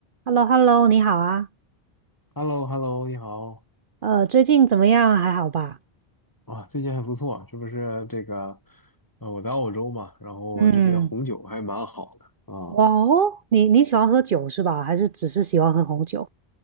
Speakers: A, on the right; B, on the left.
A: h e l l o h e l l o 你好啊，
B: h e l l o h e l l o 你好，
A: 呃，最近怎么样？还好吧？
B: 啊，最近还不错，是不是这个，呃，我在澳洲嘛，然后这边红酒还蛮好的啊，
A: 嗯，哇哦，你你喜欢喝酒是吧？还是只是喜欢喝红酒？